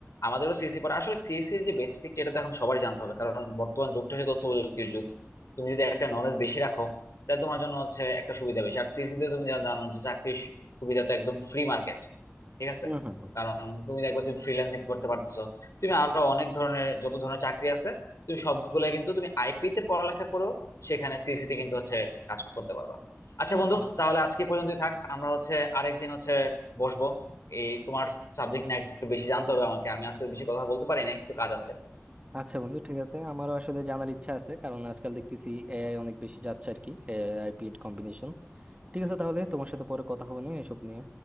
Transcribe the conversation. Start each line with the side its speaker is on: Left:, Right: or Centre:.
Left: আমাদেরও সিএসসি পড়ায় আসলে সিএসসির যে বেসিক এটা তো এখন সবার জানতে হবে কারণ বর্তমান যুগটা হচ্ছে তথ্য প্রযুক্তির যুগ তুমি যদি একটা নলেজ বেশি রাখো তাহলে তোমার জন্য হচ্ছে একটা সুবিধা বেশি আর সিএসসি তে তুমি যা জানো যে চাকরির সুবিধা তো একদম ফ্রি মার্কেট ঠিক আছে
Right: হুম হুম
Left: কারণ তুমি একবার তুমি ফ্রিল্যান্সিং করতে পারতেছো তুমি আরো অনেক ধরনের যত ধরনের চাকরি আছে তুমি সবগুলো কিন্তু তুমি আইপি তে পড়ালেখা করো সেখানে সিএসসি তে কিন্তু হচ্ছে কাজ করতে পারবা আচ্ছা
Right: হুম,
Left: বন্ধু
Right: হুম, হুম।
Left: তাহলে আজকে পর্যন্তই থাক আমরা হচ্ছে আরেকদিন হচ্ছে বসবো এই তোমার সাবজেক্ট নিয়ে একটু বেশি জানতে হবে আমাকে আমি আজকে বেশি কথা বলতে পারি না একটু কাজ আছে
Right: আচ্ছা বন্ধু ঠিক আছে আমারও আসলে জানার ইচ্ছা আছে কারণ আজকাল দেখতেছি এআই অনেক বেশি যাচ্ছে আর কি এআই পিড কম্বিনেশন ঠিক আছে তাহলে তোমার সাথে পরে কথা হবে না এসব নিয়ে